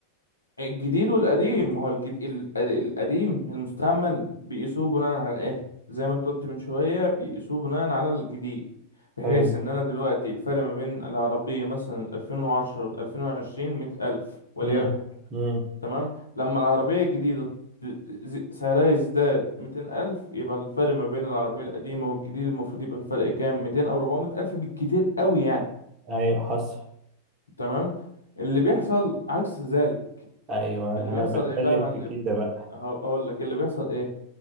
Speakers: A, on the left (about 80°); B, on the right (about 30°).
A: الجديد والقديم ما هو الجد... ال- القديم المستعمل بيقيسوه بناء على ايه زي ما انت قلت من شوية بيقيسوه بناء على الجديد بحيث
B: حلو
A: ان انا دلوقتي الفرق ما بين العربية مثلا 2010 وال 2020 مية ألف وليكن
B: مم. مم.
A: تمام لما العربية الجديدة ت- ز- سعرها يزداد ميتين ألف يبقى الفرق ما بين العربية القديمة والجديد المفروض يبقى الفرق كام ميتين أو ربعمية ألف بالكتير قوي يعني
B: أيوة حصل
A: تمام اللي بيحصل عكس ذلك
B: أيوة
A: اللي
B: أنا
A: بيحصل
B: بتكلم
A: ايه بقى يا معلم
B: في كده بقى
A: هق- هقول لك اللي بيحصل ايه